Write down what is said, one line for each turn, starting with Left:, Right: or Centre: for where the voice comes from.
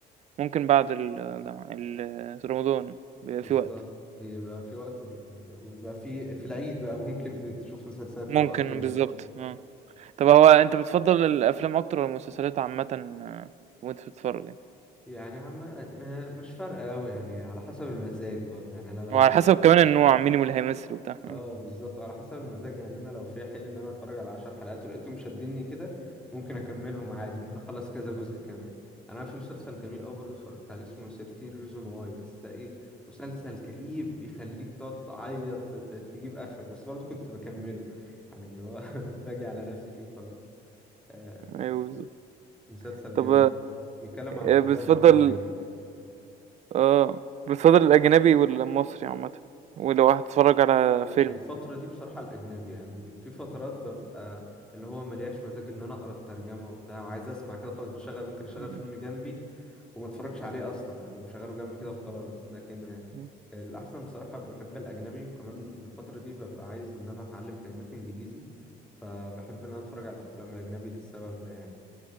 Right: ممكن بعد الجامعة ال رمضان بيبقى
Centre: بالظبط
Right: في وقت،
Centre: بيبقى في وقت وبيبقى في في العيد بقى ممكن تشوف مسلسلات
Right: فممكن
Centre: او افلام
Right: بالضبط، آه. طَب هو أنت بتفضّل الأفلام أكتر والّا المسلسلات عامةً آه، وأنت بتتفرّج يعني؟
Centre: يعني عم م- مش فارقة أوي يعني على حسب المزاج برضه يعني أنا لو
Right: هو على
Centre: في
Right: حسب كمان النوع، مين اللي هيمثل وبتاع، آه،
Centre: اه بالظبط على حسب المزاج يعني أنا لو في حل إن أنا أتفرج على عشر حلقات ولقيتهم شدني كده ممكن أكملهم عادي ممكن أخلص كذا جزء كمان يعني أنا في مسلسل جميل أوي برضه اتفرجت عليه اسمه 13 ريزون واي بس ده إيه مسلسل كئيب بيخليك تقعد تعيط ت- تجيب آخرك بس برضه كنت بكمله يعني اللي هو <laughs> باجي على نفسي فيه وخلاص آه،
Right: أيوه بالضبط.
Centre: مسلسل
Right: طَب
Centre: جامد بقى. بيتكلم عن القضايا
Right: آآ بتفضّل
Centre: المجتمعية
Right: آه، بتفضّل الأجنبي والّا المصري عامةً ولو هتتفرّج على
Centre: ال-
Right: فيلم؟
Centre: الفترة دي بصراحة الأجنبي يعني في فترات ببقى اللي هو ملياش مزاج إن أنا أقرأ الترجمة وبتاع وعايز أسمع كده خلاص بشغل ممكن أشغل
Right: إمم،
Centre: فيلم جنبي وما أتفرجش عليه أصلا هبقى مشغله جنبي كده وخلاص لكن
Right: إمم.
Centre: الأحسن بصراحة بحب الأجنبي وكمان الفترة دي ببقى عايز إن أنا أتعلم كلمات إنجليزي فبحب إن أنا أتفرج على الأفلام الأجنبي للسبب ده يعني